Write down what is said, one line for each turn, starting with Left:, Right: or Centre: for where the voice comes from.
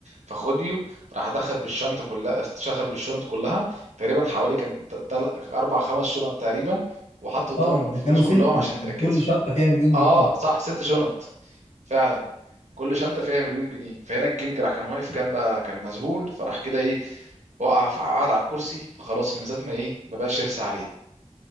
Right: فخديو راح دخل بالشنطة كلها شغل بالشنط كلها تقريبا حوالي كان تل... تل- اربع خمس شنط تقريبا وحط قدامهم
Left: اه
Right: الفلوس
Left: ده كانوا ستة
Right: كلهم عشان يتأكدوا
Left: كان كل شنطة فيها مليون
Right: اه
Left: جنيه
Right: صح ست شنط فعلا كل شنطه فيها مليون جنيه فهنا الكينج راح كان واقف كان بقى كان مذهول فراح كده ايه وقع ف- قعد على الكرسي فخلاص الميزات ما ايه ما بقاش يرسى عليه